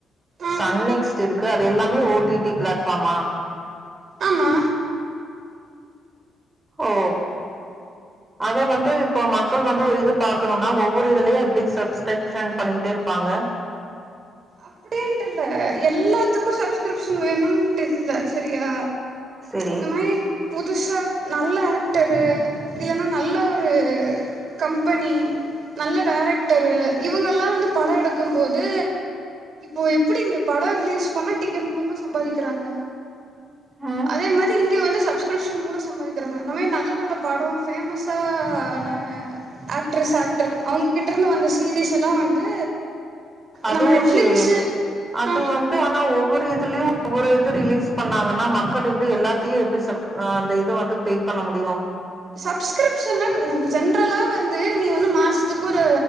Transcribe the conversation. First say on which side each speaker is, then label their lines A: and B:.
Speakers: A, on the right; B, on the right.
A: ஆ
B: சன் நெக்ஸ்ட் இருக்கு அது எல்லாமே ஓ டி டி பிளாட்ஃபார்மா
A: ஆமா
B: ஓ அதை வந்து இப்ப மக்கள் வந்து ஒரு இது பாக்கணும்ன்னா ஒவ்வொரு இதுலயே எப்படி சப்ஸ்கிரைப் ஷன் பண்ணிக்கிட்டே இருப்பாங்க
A: அப்டின்ட்டு இல்ல எல்லாத்துக்கு சப்ஸ்கிரிப்ஷன் வேணுன்ட்டு இல்ல சேரியா
B: செரி
A: இந்த மாரி புதுசா நல்ல ஆக்டர்ரு இல்லைன்னா நல்ல ஒரு கம்பெனி நல்ல டைரக்டரு இவங்க எல்லா வந்து படோ எடுக்கும் போது ஓ எப்படி இங்கே படோ ரிலீஸ் பண்ணா டிக்கெட் மூலமா சம்பாதிக்கிறாங்க
B: ஆ
A: அதே மாதிரி இங்கே வந்து சப்ஸ்கிரிப்ஷன் மூலோ சம்பாதிக்கிறவங்க அந்த மாதிரி நல்ல நல்ல படோ ஃபேமஸான ஆக்ட்ரஸ் ஆக்டர் அவங்ககிட்ட இருந்து வந்த சீரீஸ் எல்லா வந்து
B: அது
A: நம்ம
B: ஓக்கே
A: நெட்ஃப்ளிக்ஸு
B: அது
A: ஆ
B: வந்து ஆனா ஒவ்வொரு இதுலயு ஒவ்வொரு இது ரிலீஸ் பண்ணாங்கன்னா மக்கள் எப்படி எல்லாத்தையு எப்படி சப்ஸ்கிரிப் ஆ அந்த இது வந்து பெயிட் பண்ண முடியு
A: சப்ஸ்கிரிப்ஷன்னா ஜென்ரலா வந்து நீ வந்து மாசத்துக்கு ஒரு